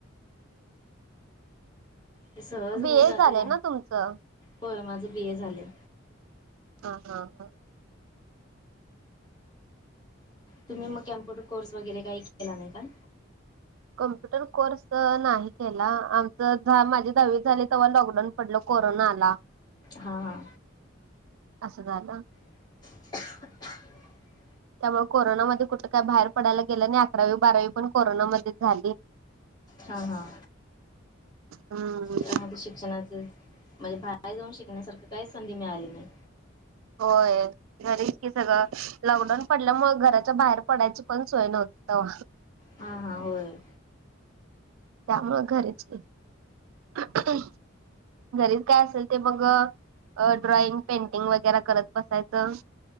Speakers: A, on the left; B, on the right.
A: ते सहज
B: बी
A: होऊन
B: ए
A: जाते
B: झालंय ना तुमचं?
A: होय माझ बी ए झाले.
B: हा हा हा
A: तुम्ही मग कम्प्युर कोर्स वगैरे काही केला नाही का?
B: कम्प्युटर कोर्स नाही केला आमच जा माझी दहावी झाले तेव्हा लॉकडाऊन पडल कोरोनाला आला.
A: हा- हा
B: असं झालं
A: <unintelligible>
B: त्यामुळे कोरोनामध्ये कुठं, काय, बाहेर, पडायला गेलं नाही. अकरावी -बारावी पण कोरोनामध्ये झाली.
A: हा- हा
B: हम्म
A: त्यामध्ये शिक्षणाचे माला बाहेर जाऊन शिकण्यासारखी काहीच संधी मिळाली नाही
B: होय घरीच कि सगळं. लॉकडाऊन पडल्यामुळ घराच्या बाहेर पडायची पण सोय नव्हती तवा.
A: हा हा होय
B: त्यामुळें घरीच हम घरीच काय असेल ते बग ड्रॉइंग पेंटिंग वगैरे करत बसायचं.